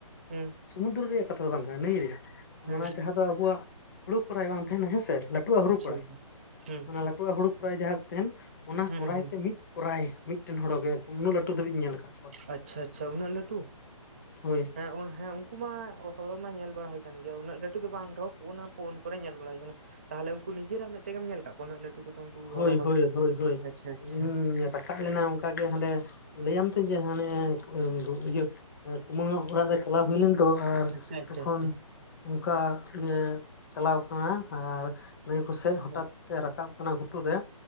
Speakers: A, on the right; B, on the left.
A: ᱦᱩᱸ
B: ᱥᱳᱢᱩᱫᱚᱨᱚ ᱨᱮᱭᱟᱜ ᱠᱟᱛᱷᱟ ᱫᱚ ᱵᱟᱝ ᱠᱟᱱᱟ, ᱱᱟᱹᱭ ᱨᱮᱭᱟᱜ
A: ᱦᱩᱸ
B: ᱚᱱᱟ ᱡᱟᱦᱟᱸ ᱟᱵᱩᱣᱟᱼᱜ ᱦᱩᱲᱩ ᱠᱚᱲᱟᱭ ᱵᱟᱝ ᱛᱟᱦᱮᱱᱟ ᱦᱮᱸᱥᱮ ᱞᱟᱹᱴᱩᱣᱟᱜ ᱦᱩᱲᱩ
A: ᱟᱪᱪᱷᱟ
B: ᱠᱚᱲᱟᱨᱮ
A: ᱟᱪᱪᱷᱟ ᱦᱩᱸ
B: ᱚᱱᱟ ᱞᱟᱹᱴᱩᱣᱟᱜ ᱦᱩᱲᱩ ᱠᱚᱨᱟᱭ ᱡᱟᱦᱟᱸ ᱠᱚ ᱛᱟᱦᱮᱱ ᱚᱱᱟ
A: ᱦᱩᱸ
B: ᱠᱚᱨᱟᱭ
A: ᱦᱩᱸ
B: ᱛᱮ ᱢᱤᱫ ᱠᱚᱨᱟᱭ ᱢᱤᱫᱴᱮᱱ ᱦᱚᱲᱚ ᱜᱮ ᱩᱱᱟᱹᱜ ᱞᱟᱹᱴᱩ ᱫᱷᱟᱹᱵᱤᱡ ᱤᱧ ᱧᱮᱞ ᱟᱠᱟᱫ ᱠᱚᱣᱟ᱾
A: ᱟᱪᱪᱷᱟ ᱟᱪᱪᱷᱟ ᱩᱱᱟᱹᱜ ᱞᱟᱹᱴᱩ
B: ᱦᱳᱭ
A: ᱦᱮᱸ ᱚᱬ ᱦᱮᱸ ᱚᱩ ᱠᱩ ᱢᱟ ᱦᱚᱨᱚ ᱢᱟ ᱧᱮᱞ ᱵᱟᱲᱟ ᱦᱩᱭ ᱠᱟᱱ ᱜᱤᱭᱟ, ᱩᱱᱟᱹᱜ ᱞᱟᱹᱴᱩ ᱫᱚ ᱵᱟᱝ ᱨᱮᱦᱚᱸ ᱚᱱᱟ ᱯᱷᱳᱱ ᱠᱚᱨᱮ ᱧᱮᱞ ᱵᱟᱲᱟ ᱦᱩᱭ ᱟᱠᱟᱱᱟ᱾ ᱛᱟᱦᱚᱞᱮ ᱩᱱᱠᱩ ᱱᱤᱡᱮᱨᱟᱜ ᱢᱮᱫ ᱛᱮ ᱜᱮᱢ ᱧᱮᱞ ᱟᱠᱟᱫ ᱠᱚᱣᱟ ᱩᱱᱟᱹᱜ ᱞᱟᱹᱴᱩ ᱠᱚᱫᱚ ᱩᱱᱠᱩ
B: ᱦᱳᱭ
A: ᱦᱚᱨᱚ ᱠᱚᱫᱚ
B: ᱦᱳᱭ ᱦᱳᱭ ᱦᱳᱭ
A: ᱟᱪᱪᱷᱟ ᱟᱪᱪᱷᱟ
B: ᱮᱤ ᱛᱟᱦ ᱞᱮᱱᱟᱭ ᱚᱱᱠᱟ ᱜᱮ ᱦᱟᱸᱰᱮ ᱞᱟᱹᱭᱟᱢ ᱛᱚ ᱡᱮ ᱦᱟᱱᱮ ᱤᱭᱟᱹ ᱠᱩᱢᱟᱹᱝ ᱟᱜ ᱚᱲᱟᱜ ᱨᱮ ᱪᱟᱞᱟᱣ ᱦᱩᱭ ᱞᱮᱱ- ᱛᱚ ᱟᱨ
A: ᱟᱪᱪᱷᱟ ᱟᱪᱪᱷᱟ
B: ᱛᱚᱠᱷᱚᱱ ᱚᱱᱠᱟ ᱜᱮ ᱪᱟᱞᱟᱣ ᱟᱠᱟᱱᱟ᱾ ᱟᱨ ᱞᱟᱹᱭ ᱟᱠᱚ ᱥᱮᱫ
A: ᱟᱪᱪᱷᱟ
B: ᱦᱚᱴᱟᱛ ᱮ ᱨᱟᱠᱟᱵ ᱟᱠᱟᱱᱟ ᱜᱷᱩᱴᱩ ᱨᱮ᱾